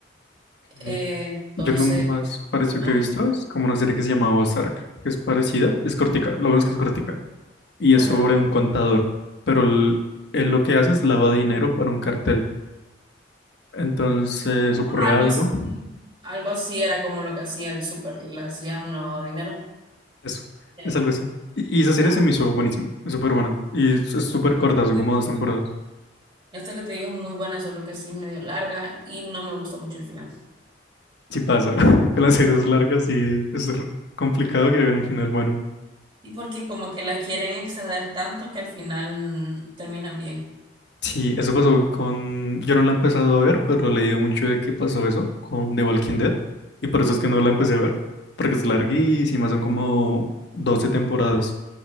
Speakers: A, on the left; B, on the right.
A: ok.
B: Eh, entonces,
A: Yo lo más parecido
B: ah,
A: que he visto
B: sí,
A: es como una serie que se llama Ozark, que es parecida, es cortica, lo bueno es que es cortica, y
B: ajá.
A: es sobre un contador, pero él él lo que hace es lava dinero para un cartel. Entonces ocurre
B: Algo
A: algo,
B: así, algo así era como lo que hacía el súper, le hacía un lavado de dinero.
A: eso,
B: Eh,
A: es algo así. Y, y esa serie
B: ah,
A: se me hizo buenísima, es súper buena, y es es súper corta,
B: te
A: son como
B: digo,
A: dos temporadas.
B: esta que te digo es muy buena, solo que sí es medio larga y no me gusta mucho el final.
A: Si pasa, <laughs> con las series largas y es r- complicado que hagan un final bueno.
B: Y porque como que la quieren extender tanto que al final mm, terminan bien.
A: Sí, eso pasó con... Yo no la he empezado a ver, pero he leído mucho de que pasó eso con The Walking Dead. Y por eso es que no la empecé a ver. Porque es larguísima, son como 12 temporadas.